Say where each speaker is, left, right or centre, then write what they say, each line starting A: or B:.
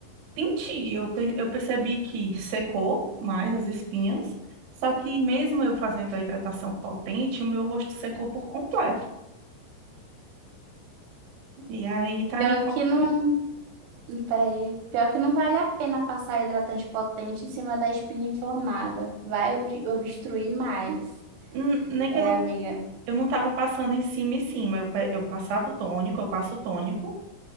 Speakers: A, on the right; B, on the right.
A: Senti, eu, pe- eu percebi que secou mais as espinhas, só que mesmo eu fazendo a hidratação potente, o meu rosto secou por completo. E aí tá
B: Pior
A: me incom-
B: que não, Peraí, pior que não vale a pena passar hidratante potente em cima da espinha inflamada. Vai obri- obstruir mais.
A: N- nem
B: É,
A: que eu não
B: amiga.
A: eu não tava passando em cima e cima, eu, pe- eu passava o tônico, eu passo o tônico